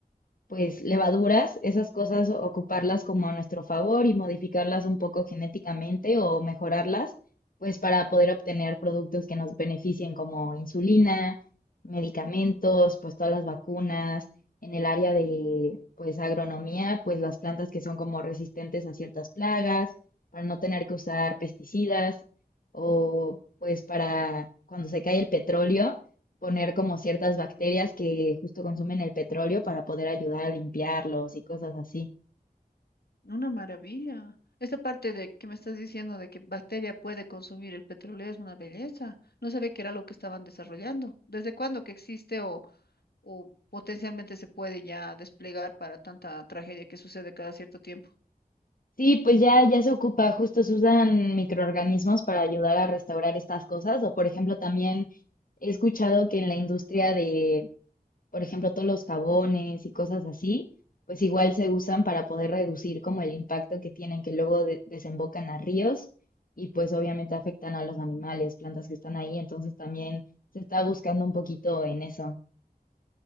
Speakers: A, on the left; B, on the left.
A: pues levaduras, esas cosas, o- ocuparlas como a nuestro favor y modificarlas un poco genéticamente o mejorarlas, pues para poder obtener productos que nos beneficien como insulina, medicamentos, pues todas las vacunas, en el área de pues agronomía, pues las plantas que son como resistentes a ciertas plagas, para no tener que usar pesticidas o pues para cuando se cae el petróleo poner como ciertas bacterias que justo consumen el petróleo para poder ayudar a limpiarlos y cosas así.
B: Una maravilla. Esta parte de que me estás diciendo de que bacteria puede consumir el petróleo es una belleza. No sabía que era lo que estaban desarrollando. ¿Desde cuándo que existe o, o potencialmente se puede ya desplegar para tanta tragedia que sucede cada cierto tiempo?
A: Sí, pues ya, ya se ocupa, justo se usan microorganismos para ayudar a restaurar estas cosas. O por ejemplo, también he escuchado que en la industria de, por ejemplo, todos los jabones y cosas así, pues igual se usan para poder reducir como el impacto que tienen, que luego de- desembocan a ríos y pues obviamente afectan a los animales, plantas que están ahí. Entonces también se está buscando un poquito en eso.